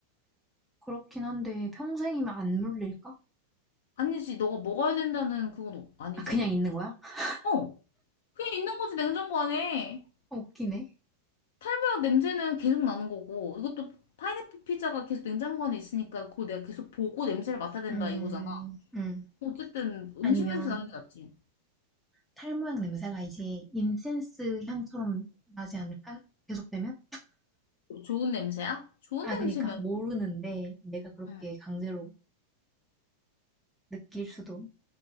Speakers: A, in the centre; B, on the left.
A: 그렇긴 한데, 평생이면 안 물릴까?
B: 아니지, 너가 먹어야 된다는 그건 아니잖아.
A: 아, 그냥 있는 거야? <laughs>
B: 어, 그냥 있는 거지, 냉장고 안에.
A: 웃기네.
B: 탈모약 냄새는 계속 나는 거고, 이것도 파인애플 피자가 계속 냉장고 안에 있으니까 그걸 내가 계속 보고 냄새를 맡아야 된다
A: 음,
B: 이거잖아.
A: 음.
B: 어쨌든 음식
A: 아니면
B: 냄새 나는 게 낫지.
A: 탈 모양 냄새가 이제 인센스 향처럼 나지 않을까? 계속되면?
B: 좋은 냄새야? 좋은
A: 아,
B: 냄새면,
A: 그니까, 모르는데, 내가 그렇게
B: 응.
A: 강제로 느낄 수도.